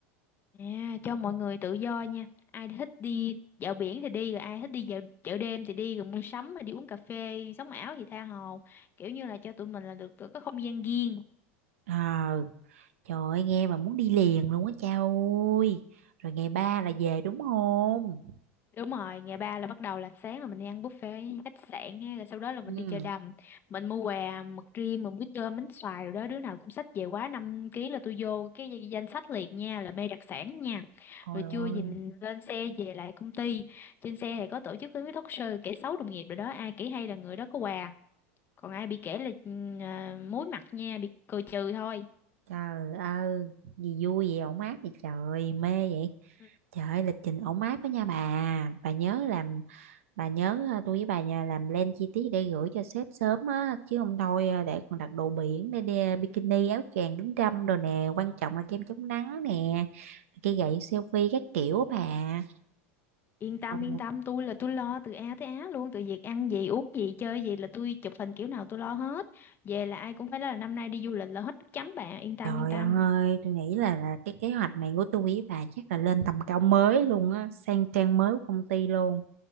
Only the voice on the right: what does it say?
ờ trời ơi nghe mà muốn đi liền luôn á cha ơi rồi ngày ba là về đúng không
ừ
ôi
ơi
trời ơi gì vui vậy ổn áp vậy trời mê vậy
Trời ơi, lịch trình ổn áp đó nha bà. Bà nhớ làm bà nhớ ờ, tôi với bà nhà làm plan chi tiết để gửi cho sếp sớm á chứ không thôi ờ, để còn đặt đồ biển để, đe- bikini áo choàng kính râm rồi nè, quan trọng là kem chống nắng nè, cái gậy selfie các kiểu á bà.
Ồ,
trời
ơi, tôi nghĩ là, là cái kế hoạch này của tôi với bà chắc là lên tầm cao mới luôn á, sang trang mới của công ty luôn.